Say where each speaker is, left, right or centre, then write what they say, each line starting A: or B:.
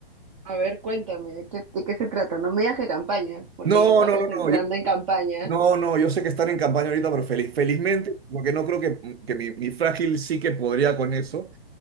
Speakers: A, on the right (about 30°); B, on the right (about 80°).
A: a ver, cuéntame, ¿de qué, de qué se trata? No me digas que campaña, porque
B: No,
A: ya estamos
B: no, no, no,
A: entrando
B: yo,
A: en campaña.
B: no, no, yo sé que están en campaña ahorita, pero feliz, felizmente, porque no creo que, que mi, mi frágil sí que podría con eso.